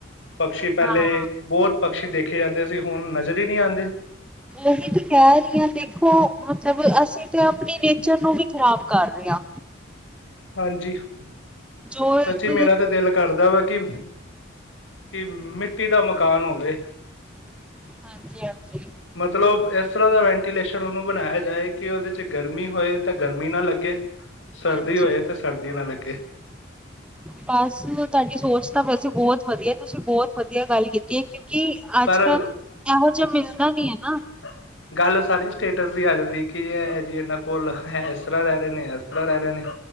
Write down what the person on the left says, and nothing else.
ਪਕਸ਼ੀ ਪਹਿਲੇ
ਬੋਤ ਪਕਸ਼ੀ ਦੇਖੇ ਜਾਂਦੇ ਸੀ ਹੁਣ ਨਜ਼ਰ ਈ ਨ੍ਹੀਂ ਆਂਦੇ।
ਹਾਂਜੀ, ਸੱਚੀ
ਮੇਰਾ ਤੇ ਦਿਲ ਕਰਦਾ ਵਾ ਕਿ ਕਿ ਮਿੱਟੀ ਦਾ ਮਕਾਨ ਹੋਵੇ
ਮਤਲਬ ਇਸ ਤਰ੍ਹਾਂ ਦਾ ਵੈਂਟੀਲੇਸ਼ਨ ਉਹਨੂੰ ਬਣਾਇਆ ਜਾਏ ਕਿ ਉਹਦੇ ਚ ਗਰਮੀ ਹੋਏ ਤਾਂ ਗਰਮੀ ਨਾ ਲੱਗੇ। ਸਰਦੀ
ਹੋਏ ਤੇ ਸਰਦੀ ਨਾ ਲੱਗੇ।
ਪਰ
ਹ <unintelligible> ਗੱਲ ਸਾਰੀ ਸਟੇਟਸ ਦੀ ਆ ਜਾਂਦੀ ਕਿ ਇਹ ਜੀ ਇਹਨਾਂ ਕੋਲ ਇਸ ਤਰ੍ਹਾਂ ਰਹਿ ਰਹੇ ਨੇ, ਇਸ ਤਰ੍ਹਾਂ ਰਹਿ ਰਹੇ ਨੇ।